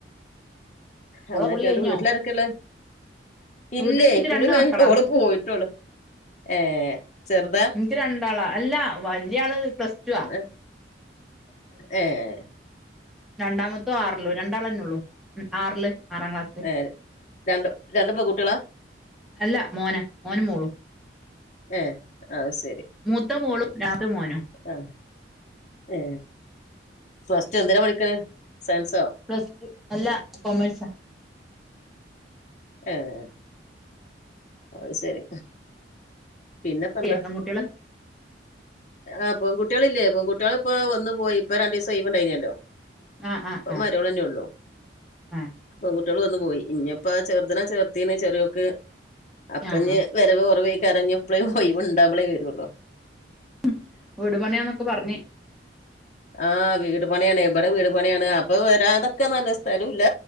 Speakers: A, on the left (about 40°); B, in the centre.
A: അങ്ങനെയൊക്കെ
B: ഓളെ കുളി കഴിഞ്ഞോ
A: എന്നിട്ട് വീട്ടിലാരൊക്കെയള്ള ഇല്ലേ
B: വീട്ടിൽ എനിക്ക്
A: കുളി
B: രണ്ട്
A: കഴിഞ്ഞ
B: മക്കളാ
A: ഓളപ്പ് പോയിട്ടോളു ഏ ചെറുതാ
B: എനിക്ക് രണ്ടാളാ അല്ല വലിയ ആള് പ്ലസ് ടു ആ
A: ഉും ഏഹ്
B: രണ്ടാമത്തോ ആറിലോ രണ്ടാളന്നെള്ളൂ ഉ ആറില് ആറാം ക്ലാസ്സില്
A: ഏ രണ്ട് രണ്ട് പെൺകുട്ടികളാ
B: അല്ല മോന മോനും മോളും
A: ഏയ് ആഹ് ശരി
B: മൂത്ത മോളും രാത് മോൻ
A: ആ ഏ പ്ലസ്ടു എന്തിനാ പഠിക്കുന്നത് സയൻസോ
B: പ്ലസ്ടു അല്ല കോമഴസ
A: ആഹ് അത് ശരി പിന്നെപ്പന്താ
B: പെൺകുട്ടികള്
A: ആ പെൺകുട്ടികളില്ലേ പെൺകുട്ടികളി ഇപ്പോ വന്ന്പോയി ഇപ്പോ രണ്ട് ദിവസം ഒഴിവ്ഉണ്ടായിരുന്നല്ലോ
B: ആഹ് ആഹ്
A: ഇപ്പമര്മോൾന്നെ ഉള്ളു
B: ആഹ് ആഹ്
A: പെൺകുട്ടികള് വന്നുപോയി ഇനിപ്പോ ചെറുതിനെ ചേർത്തീനെ ചെറിയോക്ക് അപ്പനി
B: ആഹ്
A: വരവ് കൊറവായിക്കരഞ്ഞു എപ്പളെ ഒയിവ് ഉണ്ടാവുമ്പളേ വരുള്ളു.
B: ഉം വീടുപണിയാന്നൊക്കെ പറഞ്ഞെ.
A: ആ വീടുപണിയാണ് ഇവിടെ വീടുപണിയാണ് അപ്പൊ വരാതിക്കാ നല്ലത് സ്ഥലം ഇല്ല